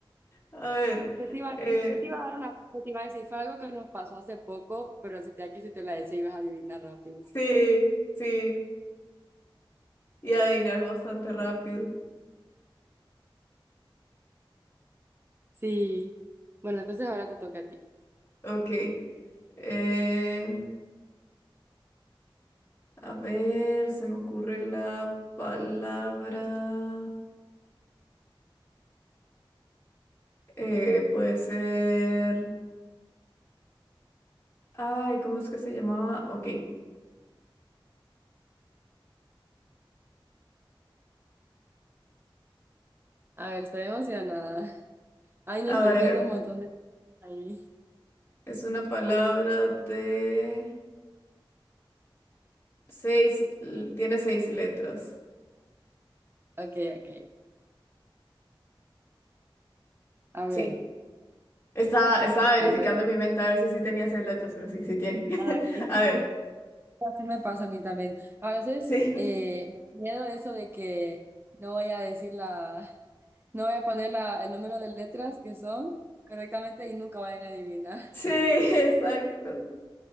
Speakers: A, on the left; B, on the right.
A: A ver.
B: ¿Qué te iba a
A: eh,
B: decir? ¿Qué te iba a dar una, qué te iba a decir? Fue algo que nos pasó hace poco, pero si te, que si te la decía ibas a adivinar rápido.
A: sí, sí. Y adivinar bastante rápido.
B: Sí. Bueno, entonces ahora te toca a ti.
A: Ok. eh a ver, se me ocurre la palabra. eh, puede ser. Ay, ¿cómo es que se llamaba? Ok.
B: A ver, estoy emocionada. <laughs> Ay, no, estoy
A: A ver,
B: viendo un montón de... Ahí.
A: es una palabra de seis, l- tiene seis letras.
B: Ok, ok. A ver,
A: Sí. Estaba, estaba verificando
B: a ver.
A: en mi mente a ver si sí tenía seis letras, pero sí, sí tiene. <laughs>
B: Ah, ok.
A: A ver,
B: <laughs> Así me pasa a mí también. A veces
A: sí.
B: eh, me da miedo eso de que no voy a decir la... No voy a poner la- el número de letras que son correctamente y nunca vayan a adivinar.
A: Sí, <laughs> exacto.